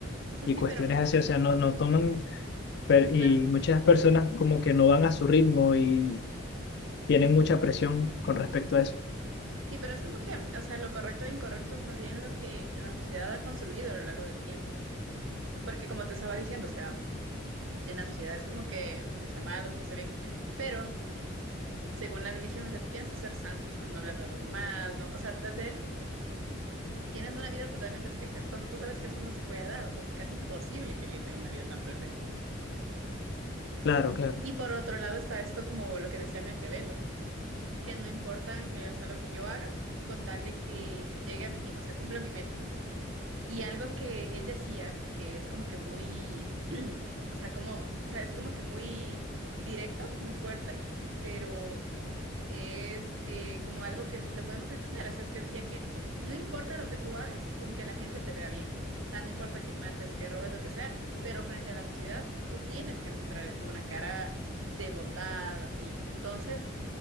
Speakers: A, on the right; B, on the left.
A: O sea,
B: y
A: sí,
B: cuestiones
A: pero
B: así, o sea, no, no toman... Pero- y
A: claro,
B: muchas personas como que no van a su ritmo y, tienen mucha presión con respecto a eso.
A: sí, pero es como que, o sea, lo correcto e incorrecto es más bien lo que la sociedad ha construido a lo largo del tiempo. Porque como te estaba diciendo, o sea, en la sociedad es como que uno está mal, otro está bien, pero según la religión, o sea, tú tienes que ser santo, o sea, no hablar de los demás, ¿no? O sea, hacer, tienes una vida totalmente estricta, cuando tú sabes que eso no se puede dar, o sea, es casi imposible que alguien tenga una vida tan perfecta.
B: Claro, claro.
A: Y por otro lado está esto como lo que decía Maquiavelo, que no importan, eh, o sea, lo que yo haga, con tal de que llegue a mi fin, o sea, cumpla mi meta. Y algo que él decía, que es como que muy, <clears throat> o sea, como, o sea, es como que muy directo, muy fuerte, pero es eh, como algo que lo podemos entender. O sea, es que decía que no importa lo que tú hagas, con que la gente te vea bien. O sea, no importa que mates, que robes, lo que sea, pero frente a la sociedad tú tienes que mostrar una cara de bondad, así. Entonces,